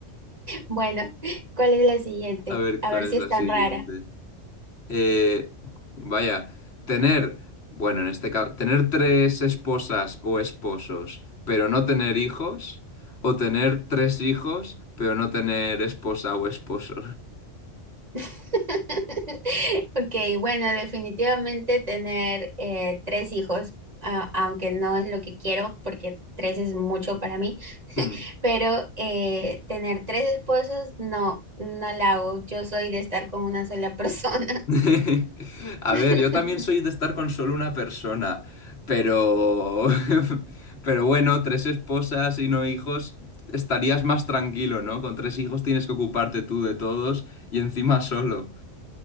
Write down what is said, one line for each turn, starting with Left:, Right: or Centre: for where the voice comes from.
Right: Bueno, ¿cuál es la siguiente?
Left: A ver,
Right: A
Left: ¿cuál
Right: ver
Left: es
Right: si es
Left: la
Right: tan
Left: siguiente?
Right: rara.
Left: Eh, vaya, tener, bueno, en este caso, tener tres esposas o esposos, pero no tener hijos, o tener tres hijos, pero no tener esposa o esposo.
Right: <laughs> Ok, bueno, definitivamente tener eh, tres hijos, a- aunque no es lo que quiero, porque tres es mucho para mí,
Left: <laughs>
Right: pero eh, tener tres esposos, no, no la hago. Yo soy de estar con una sola <laughs> persona.
Left: <laughs> A
Right: <laughs>
Left: ver, yo también soy de estar con solo una persona, pero, <laughs> pero bueno, tres esposas y no hijos, estarías más tranquilo, ¿no? Con tres hijos tienes que ocuparte tú de todos y encima solo.